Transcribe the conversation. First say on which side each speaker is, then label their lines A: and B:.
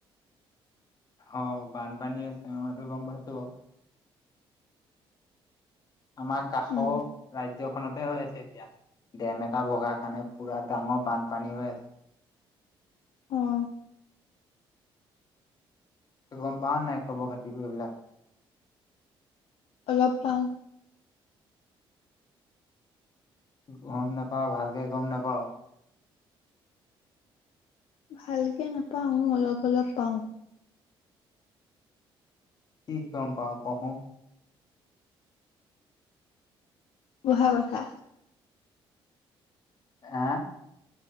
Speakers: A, on the left; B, on the left.
A: অ', বানপানী হৈছে মই সেটো গম পাইছো বাৰু। আমাৰ কাষৰ
B: উম
A: ৰাজ ৰাজ্যখনতে হৈ আছে এতিয়া, ডেম এটা ভগা কাৰণে পুৰা ডাঙৰ বানপানী হৈ আছে।
B: অ'।
A: গম পাৱ নাই খবৰ খাতিবোৰ এইবিলাক?
B: অলপ পাওঁ।
A: গম নেপাও ভালকে গম নেপাও।
B: ভালকে নাপাও অলপ-অলপ পাওঁ।
A: কি গম পাও কহোন?
B: বহা কথা।
A: আ?